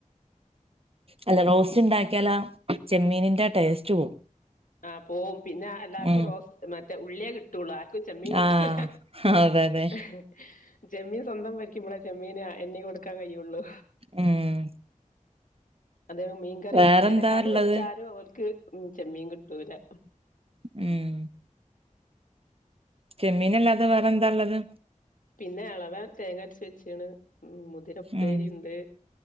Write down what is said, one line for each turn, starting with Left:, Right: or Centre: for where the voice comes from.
Right: അല്ല റോസ്റ്റ് ഇണ്ടാക്കിയാലാ ചെമ്മീന്ന്റെ ടേസ്റ്റ് പോവും
Left: ആഹ് പോവും പിന്നെ എല്ലാർക്കും
Right: ഉം
Left: റോസ് മറ്റേ ഉള്ളിയെ കിട്ടൊള്ളു ആർക്കും ചെമ്മീൻ കിട്ടൂല
Right: ആ അതെ അതെ
Left: അ ചെമ്മീൻ സ്വന്തം വെയ്ക്കുമ്പളേ ചെമ്മീന് എണ്ണി കൊട്ക്കാൻ കഴിയൊള്ളു
Right: ഉം
Left: അതേ മീൻക്കറി
Right: വേറെന്താ
Left: വെച്ച കറി
Right: ഉള്ളത്
Left: വെച്ചാലും ഓല്ക്ക് ചെമ്മീൻ കിട്ടൂല
Right: ഉം ചെമ്മീനല്ലാതെ വേറെ എന്താള്ളത്
Left: പിന്നെ എളവൻ തേങ്ങ അരച്ച് വെച്ച്ണ് ഉം മു മുതിരപ്പേരി
Right: ഉം
Left: ഉണ്ട്